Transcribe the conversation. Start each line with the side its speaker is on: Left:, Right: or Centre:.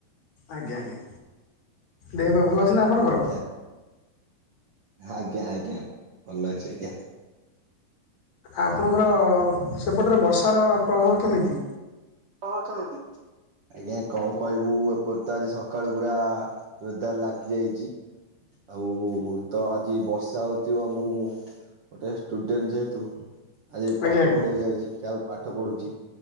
Left: ଆଜ୍ଞା ଆଜ୍ଞା। ଦେହ ପା ଭଲ ଅଛି ନା ଆପଣଙ୍କର?
Right: ଯା। ଆଜ୍ଞା ଆଜ୍ଞା। ଭଲ ଅଛି ଆଜ୍ଞା।
Left: ଆପଣଙ୍କର ସେପଟରେ ବର୍ଷାର ପ୍ରଭାବ କେମିତି?
Right: କଣ କେମିତି? ଆଜ୍ଞା କ କହିବୁ ଏପଟ ତ ଆଜି ସକାଳୁ ପୁରା ଜୋଦାର୍ ଲାଗି ଯାଇଚି ଆଉ ତ ଆଜି ବର୍ଷା ହଉଥିବ ମୁଁ ଗୋଟେ ଷ୍ଟୁଡେଣ୍ଟ୍ ଯେହେତୁ ଆଜି
Left: ଆଜ୍ଞା
Right: ପାଠ
Left: ଆଜ୍ଞା
Right: ପଢ଼ିବାକୁ ଯାଉଛି। ଯାହଉ ପାଠ ପଢ଼ୁଚି।